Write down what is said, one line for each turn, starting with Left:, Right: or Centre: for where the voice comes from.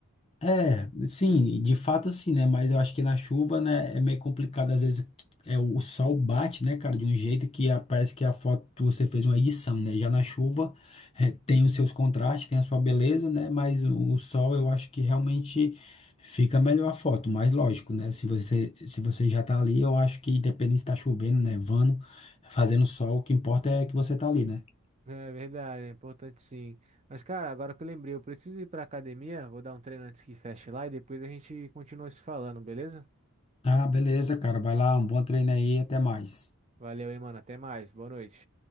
Left: É, sim, de fato sim, né? Mas eu acho que na chuva, né, é meio complicado, às vezes é, o sol bate, né, cara, de um jeito que a- parece que a foto você fez uma edição, né? Já na chuva é, tem os seus contrastes, tem a sua beleza, né? Mas o, o sol eu acho que realmente fica melhor a foto, mas lógico, né? Se você, se você já tá ali, eu acho que independente se tá chovendo, nevando, fazendo sol, o que importa é que você tá ali, né?
Right: É verdade, é importante sim. Mas, cara, agora que eu lembrei, eu preciso ir pra academia, vou dar um treino antes que feche lá e depois a gente continua se falando, beleza?
Left: Ah, beleza, cara, vai lá, um bom treino aí, até mais.
Right: Valeu, hein, mano, até mais, boa noite.